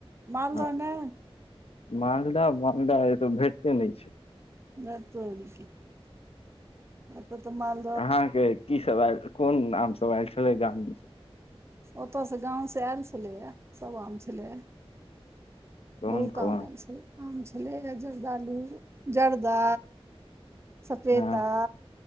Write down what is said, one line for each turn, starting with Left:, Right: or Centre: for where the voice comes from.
Right: मालदह
Left: हँ
Right: ने
Left: मालदह मालदह ए तो भेटते नहि छै
Right: गरत अ कि <unintelligible> त तऽ माल
Left: अहाँके की सब आयल कोन आम सब आयल छलै गामी
Right: ओतयसँ गाँव से आयल छलैए सभ आम छलैए
Left: कोन
Right: बहुत
Left: कोन
Right: आम आयल छलै आम छलै जर्दालू जर्दा सफेद
Left: हँ
Right: आ